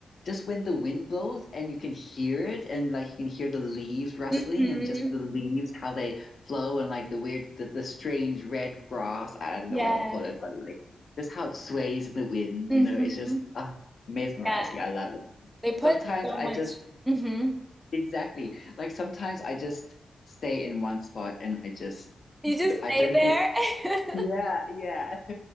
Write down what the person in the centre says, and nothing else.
hmm
Yeah.
hmm
Yeah.
They put
so
much.
hmm
You just stay
there.
<laughs>